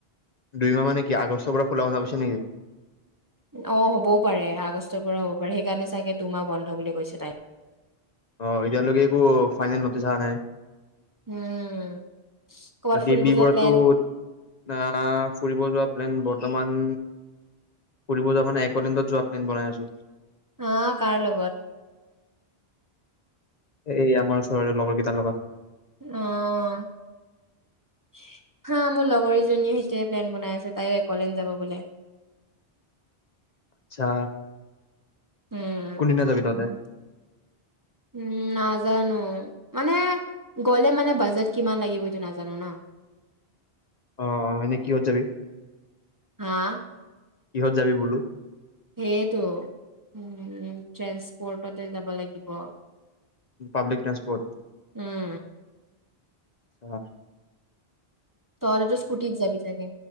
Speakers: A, on the left (about 45°); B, on the right (about 20°).
A: দুই মাহ মানে কি আগষ্টৰ পৰা খোলা কথা কৈছে নেকি
B: অঁ হ'বও পাৰে আগষ্টৰ পৰা হ'ব পাৰে সেইকাৰণে চাগে দুমাহ বন্ধ বুলি কৈছে তাই
A: অঁ এতিয়ালৈকে একো ফাইনেল নটিছ অহা নাই
B: উম কৰ'বাত
A: বাকী
B: ফুৰিব
A: বি
B: যোৱা
A: বৰুৱাতো
B: প্লেন
A: আঁ--ফুৰিব যোৱা প্লেন বৰ্তমান ফুৰিব যোৱা মানে একলেণ্ডত যোৱা প্লেন বনাই আছো
B: আহঁ কাৰ লগত
A: এই আমাৰ ওচৰৰে লগত কেইটাৰ লগত
B: আঁহ হাঁ মোৰ লগৰজনীয়ে সেইটোৱে প্লেন বনাই আছে তাইও একলেণ্ড যাব বোলে
A: আচ্ছা
B: উম
A: কোনদিনা যাবি তহঁতে
B: উম আঁ নাজানো মানে গ'লে মানে বাজেট কিমান লাগিব এইটো নাজানো ন
A: অঁ এনেই কিহত যাবি
B: হাঁ
A: কিহত যাবি বোলো
B: সেইতো উ ট্ৰেন্সপৰ্টতে যাব লাগিব।
A: পাব্লিক ট্ৰান্সপৰ্ট
B: উম
A: চা
B: তই তো স্কুটিত যাবি চাগে